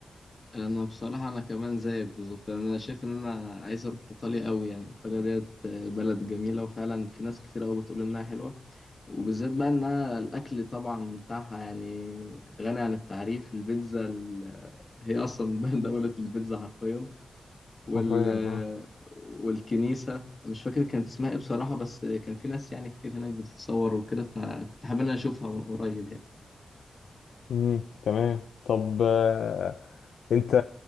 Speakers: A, on the left; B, on the left.
A: انا بصراحه انا كمان زيك بالظبط يعني انا شايف ان انا عايز اروح ايطاليا قوي يعني ايطاليا ديت آه، بلد جميله وفعلا في ناس كتير قوي بتقول انها حلوه وبالذات بقى انها الاكل طبعا بتاعها يعني غني عن التعريف البيتزا ال- هي اصلا <laughs> دوله البيتزا حرفيا وال
B: حرفيا آه.
A: والكنيسه مش فاكر كانت اسمها ايه بصراحه بس كان في ناس يعني كتير هناك بتتصور وكده فكنت حابب ان انا اشوفها من قريب يعني
B: امم تمام طب آه، انت